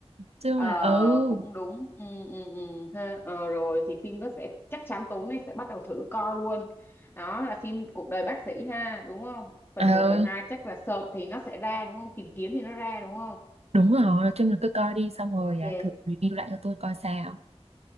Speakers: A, on the right (about 75°); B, on the left (about 20°).
A: Chứ
B: Ờ,
A: là Ờ, ừ
B: cũng đúng ừ, ừ, ừ, ha. Ờ, rồi thì phim nó sẽ chắc chắn tối nay sẽ bắt đầu thử coi luôn đó là phim cuộc đời bác sĩ ha đúng không phần
A: Ờ,
B: một phần hai chắc là search thì nó sẽ ra đúng không tìm kiếm thì nó ra đúng không
A: đúng rồi, nói chung là cứ coi đi xong
B: Ok.
A: rồi à, thử review lại cho tôi coi sao.